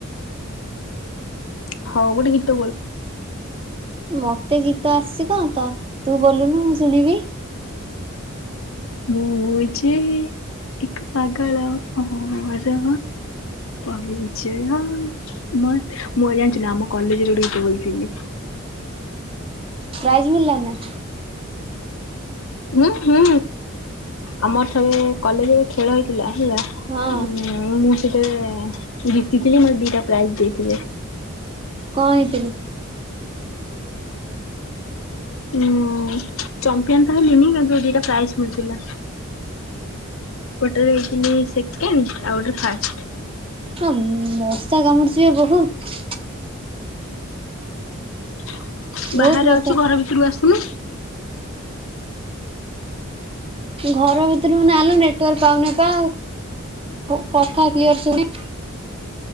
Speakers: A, on the left (about 75°); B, on the right (about 25°).
A: ହଉ ଗୋଟେ ଗୀତ ବୋଲ?
B: ମତେ ଗୀତ ଆସିଛି କଣ ତ ତୁ ବୋଲୁନୁ ମୁଁ ଶୁଣିବି
A: ମୁଁ ଯେ ଏକ ପାଗଳ ଭଅଁର ପରିଚୟ ମତେ ମୁଁ ଜାଣିଚୁନା ଆମ କଲେଜରେ ଗୋଟେ ଗୀତ ବୋଲିଥିଲି।
B: ପ୍ରାଇଜ୍ ମିିଳିଲାନା?
A: ଉଁ ହୁଁ ଆମର ଥରେ କଲେଜରେ ଖେଳ ହେଇଥିଲା ଥିଲା
B: ହଁ
A: ଉଉଁ ମୁଁ ସେଥିରେ ଜିତିଥିଲି ମୋତେ ଦିଟା ପ୍ରାଇଜ ଦେଇଥିଲେ।
B: କଣ ହେଇଥିଲୁ?
A: ଉ ଚମ୍ପିୟନ ତ ହେଲିନି କିନ୍ତୁ ଦିଟା ପ୍ରାଇଜ ମିଳିଥିଲା ଗୋଟେରେ ହେଇଥିଲି ସେକେଣ୍ଡ ଆଉ ଗୋଟରେ ଫାଷ୍ଟ
B: ହଁ ମଶା କାମୁଡ଼ୁଚିବେ ବହୁତ
A: <inaudible>
B: ବହୁତ
A: ବାହାରେ
B: ମଶା
A: ଅଛୁ ଘର ଭିତରୁ ଆସୁନୁ
B: ଘର ଭିତରକୁ ନାଲେ ନେଟୱାର୍କ ପାଉନି ବା କଥା କ୍ଲିୟର ଶୁନି